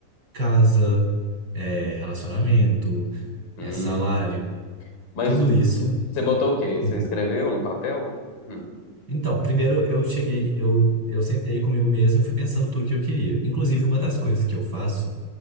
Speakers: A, on the right; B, on the left.
A: casa, é, relacionamento, é,
B: uhum.
A: salário,
B: Mas
A: tudo isso.
B: você botou o quê?
A: hum,
B: Você escreveu no papel? Hum.
A: Então, primeiro eu cheguei, eu, eu sentei comigo mesmo e fui pensando tudo que eu queria. Inclusive, uma das coisas que eu faço